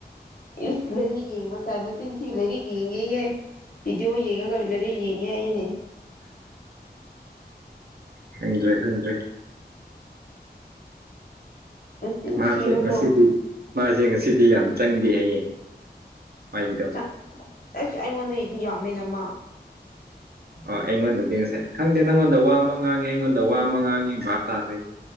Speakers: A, on the left; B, on the right.
A: ꯏꯁ ꯂꯥꯏꯔꯤꯛ ꯌꯦꯡꯕ ꯁꯥꯏ ꯃꯆꯤꯟ ꯊꯤꯕ ꯂꯥꯏꯔꯤꯛ ꯌꯦꯡꯉꯦꯌꯦ ꯄꯤꯗꯤꯑꯣ ꯌꯦꯡꯉꯒ ꯂꯥꯢꯔꯤꯛ ꯌꯦꯡꯉꯦ ꯍꯥꯏꯌꯦꯅꯦ
B: ꯈꯪꯗ꯭ꯔꯦ ꯈꯪꯗ꯭ꯔꯦ
A: ꯃꯆꯤꯟ
B: ꯃꯥꯁꯦ
A: ꯊꯤꯕꯀꯣ
B: ꯉꯁꯤꯗꯤ ꯃꯥꯁꯦ ꯉꯁꯤꯗꯤ ꯌꯥꯝ ꯆꯪꯗꯦ ꯍꯥꯏꯌꯦ ꯃꯒꯤꯗꯣ
A: ꯆꯥꯛ ꯑꯁ ꯑꯩꯉꯣꯟꯗꯗꯤ ꯌꯥꯝꯃꯦꯅꯃ
B: ꯑ ꯍꯣꯢ ꯉꯣꯟꯗꯗꯤ ꯉꯁꯥꯏ ꯈꯪꯗꯦ ꯅꯪꯉꯣꯟꯗ ꯋꯥ ꯑꯃ ꯉꯥꯡꯉꯤ ꯑꯩꯉꯣꯟꯗ ꯋꯥ ꯑꯃ ꯉꯥꯡꯉꯤ ꯚꯥꯞ ꯇꯥꯗ꯭ꯔꯦ ꯑꯩꯁꯨ